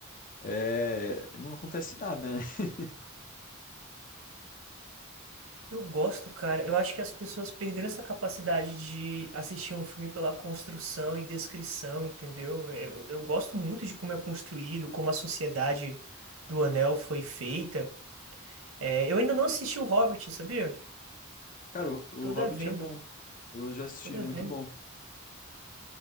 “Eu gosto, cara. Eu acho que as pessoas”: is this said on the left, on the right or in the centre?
Right